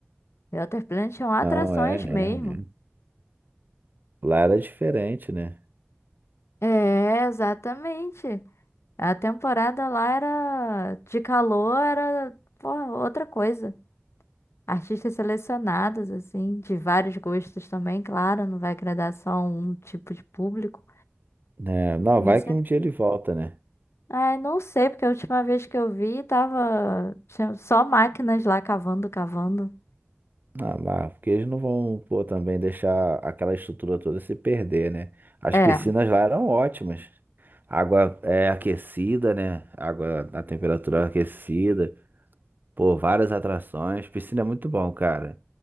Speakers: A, on the left; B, on the right.
A: Outer Planet tinham atrações
B: Não, é, é,
A: mesmo.
B: é. Lá era diferente, né?
A: É, exatamente. A temporada lá era de calor, era, pô, outra coisa. Artistas selecionados, assim, de vários gostos também, claro, não vai agradar só um tipo de público.
B: Né, Não,
A: Mas
B: vai
A: sempre.
B: que um dia ele volta, né?
A: Ai, não sei, porque a última vez que eu vi tava tinha só máquinas lá cavando, cavando.
B: Ah, mas porque eles não vão, pô, também deixar aquela estrutura toda se perder, né? As
A: É,
B: piscinas lá eram ótimas. Água é aquecida, né? Água na temperatura aquecida. Pô, várias atrações. Piscina é muito bom, cara.